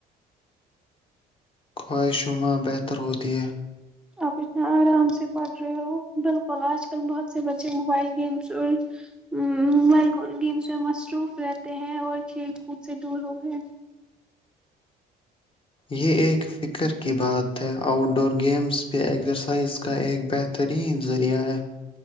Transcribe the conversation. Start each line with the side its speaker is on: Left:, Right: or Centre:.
Left: خواہشما بہتر ہوتی ہے
Centre: آپ اتنا آرام سے پڑھ رہے ہو بالکل آج کل بہت سے بچے موبائل گیمس اور موبائل گیمس میں مصروف رہتے ہیں اور کھیل کود سے دور ہو گئے
Left: یہ ایک فکر کی بات ہے آؤٹ ڈور گیمز یہ ایکزرسائز کا ایک بہترین ذریعہ ہے